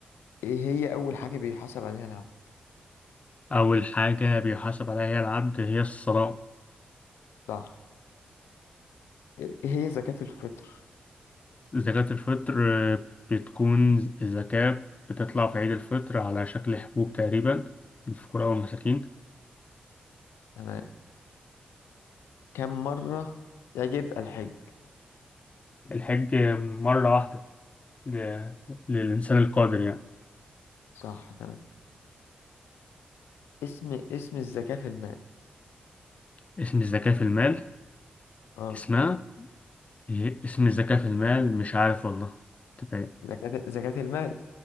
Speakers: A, on the left; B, on the left.
A: إيه هي أول حاجة بيحاسب عليها العبد
B: أول حاجة بيحاسب عليها العبد هي الصلاة
A: صح إيه هي زكاة الفطر
B: زكاة الفطر آه، بتكون الزكاة بتطلع في عيد الفطر على شكل حبوب تقريبا للفقراء والمساكين
A: تمام كم مرة يجب الحج
B: الحج مرة واحدة ل- للإنسان القادر يعني
A: صح تمام اسم اسم الزكاة في المال
B: اسم الزكاة في المال
A: اه
B: اسمها إيه؟ اسم الزكاة في المال مش عارف والله تبقى إيه؟
A: زكاة زكاة المال